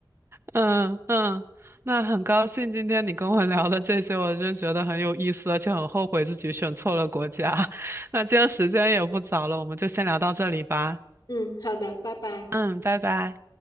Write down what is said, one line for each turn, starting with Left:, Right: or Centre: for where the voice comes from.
Right: 嗯嗯，那很高兴今天你跟我聊的这些，我真觉得很有意思，而且很后悔自己选错了国家。<laughs> 那今天时间也不早了，我们就先聊到这里吧。
Left: 嗯，好的，拜拜。
Right: 嗯，拜拜。